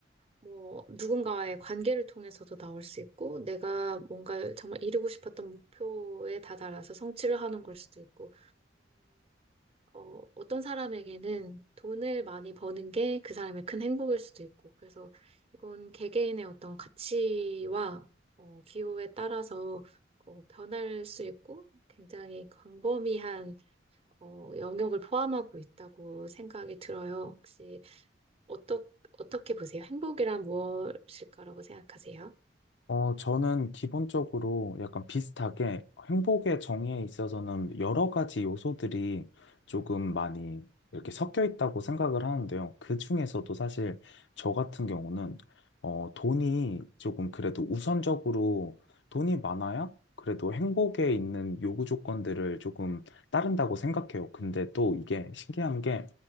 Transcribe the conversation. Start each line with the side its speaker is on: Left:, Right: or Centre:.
Right: 뭐 누군가와의 관계를 통해서도 나올 수 있고 내가 뭔가 정말 이루고 싶었던 목표에 다다라서 성취를 하는 걸 수도 있고 어, 어떤 사람에게는 돈을 많이 버는 게 그 사람의 큰 행복일 수도 있고, 그래서 이건 개개인의 어떤 가치와 어, 기호에 따라서 어, 변할 수 있고, 굉장히 광범위한 어, 영역을 포함하고 있다고 생각이 들어요. 혹시 어떠, 어떻게 보세요? 행복이란 무엇일까라고 생각하세요?
Left: 어, 저는 기본적으로 약간 비슷하게 행복의 정의에 있어서는 여러 가지 요소들이 조금 많이 이렇게 섞여 있다고 생각을 하는데요. 그 중에서도 사실 저 같은 경우는 어, 돈이 조금 그래도 우선적으로 돈이 많아야 그래도 행복에 있는 요구 조건들을 조금 따른다고 생각해요. 근데 또 이게 신기한 게